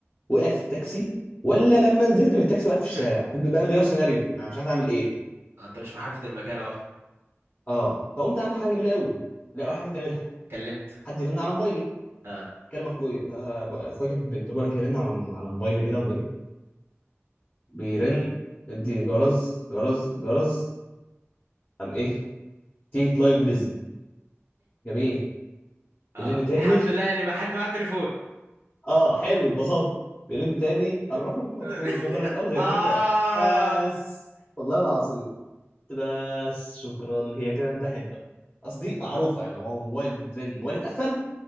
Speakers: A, on the left (about 25°); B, on the right (about 65°).
A: وقع في التاكسي ولا لما نزلت من التاكسي وقع في
B: <laughs>
A: الشارع في بقى مليار سيناريو انا مش عارف اعمل ايه
B: انت مش محدد المكان اهو
A: اه فقمت اعمل حاجه جميله قوي لا
B: مم.
A: اول حاجه تعملها
B: كلمت
A: حد يرن على موبايلي
B: اه
A: كلم اخويا ده أبو- اخويا كان في البيت بقول لك يرن على م- على موبايلي كده والنبي بيرن ادي جرز جرز جرز قام ايه تيت لاين بيزي جميل
B: اه
A: بيرن تاني
B: الحمد لله يعني ما حد معاه تليفون
A: <laughs> اه حلو اتبسطت بيرن تاني
B: <laughs>
A: الرقم المطلوب مغلق او غير
B: اه
A: متاح بس والله العظيم قلت بس شكرا هي كده انتهت بقى قصدي معروفه يعني هو موبايل انت بترن موبايل اتقفل